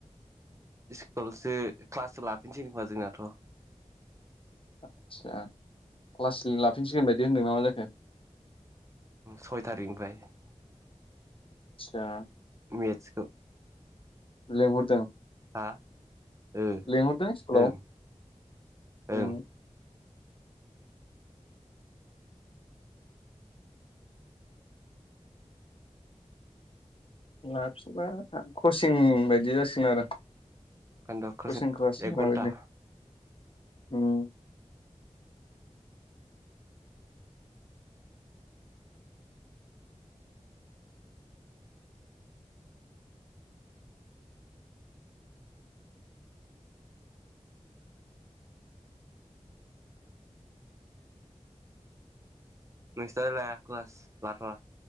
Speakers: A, on the right; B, on the left.
A: स्कुलावसो क्लासो लाफिनसै नखोमा जोंनाथ'।
B: आदसा क्लास लाफिनसिगोन बायदि होनदों ना मा जाखो।
A: सय थारिकनिफ्राय।
B: आतसा।
A: मेसखौ।
B: लेंहरदों।
A: हा ओ
B: लिंहरदों स्कुलाव
A: ओं
B: ओ।
A: ओं
B: लाफिबा कचिं बायदि जासिगोन आरो।
A: खोन्द' क्रसिं
B: कचिं क्लास
A: एक
B: मा बायदि
A: घन्टा
B: ओ
A: नोंस्रा लाया क्लास लाथ'आ